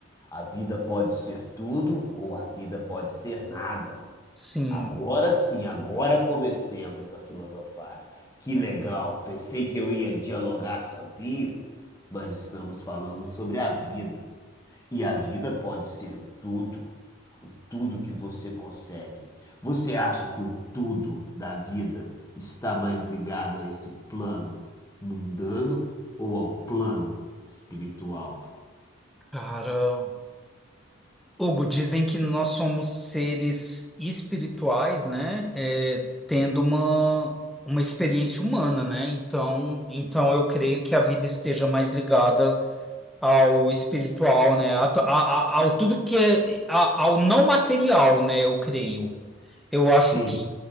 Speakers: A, on the left; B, in the centre.
A: a vida pode ser tudo ou a vida pode ser nada.
B: sim,
A: Agora sim, agora comecemos a filosofar. Que legal, pensei que eu ia dialogar sozinho, mas estamos falando sobre a vida. E a vida pode ser o tudo, o tudo que você consegue. Você acha que o tudo da vida está mais ligado a esse plano mundano ou ao plano espiritual?
B: cara. Hugo, dizem que nós somos seres espirituais, né? É, tendo uma, uma experiência humana, né? Então, então eu creio que a vida esteja mais ligada ao espiritual, né? A, to- a- a- ao tudo que é a- ao não material, né? Eu creio. Eu acho
A: Sim,
B: que